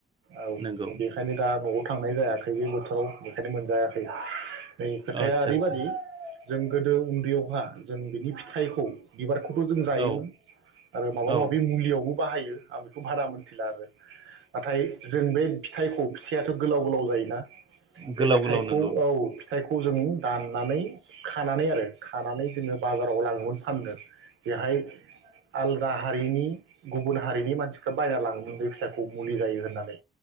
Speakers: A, on the right (about 80°); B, on the right (about 25°).
A: औ
B: नंगौ
A: बेखायनो दा न'आव थांनाय जायाखै बे बोथोराव बेखायनो मोनजायाखै नै खोथाया
B: आदसा
A: ओरैबायदि
B: आदसा
A: जों गोदो उन्दैयावहा जों बिनि फिथाइखौ बिबारखौथ' जों जायोमोन
B: औ
A: आरो माबा
B: औ
A: माबि मुलियावबो बाहायो आं बेखौ बारा मोनथिला आरो नाथाय जों बे फिथाइखौ फिथाइयााथ' गोलाव गोलाव जायोना
B: गोलाव
A: बे फिथाइखौ
B: गोलाव नंगौ
A: औ फिथाइखौ जों दाननानै खानानै आरो खानानै जोङो बाजाराव लाङोमोन फाननो बेहाय आलादा हारिनि गुबुन हारिनि मानसिफ्रा बायना लाङो मोननलै फिथाइखौ मुलि जायो होननानै